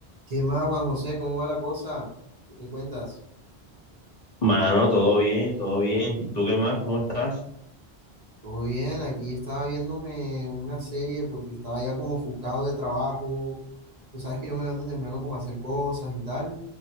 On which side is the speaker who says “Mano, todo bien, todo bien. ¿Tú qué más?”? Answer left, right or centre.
Left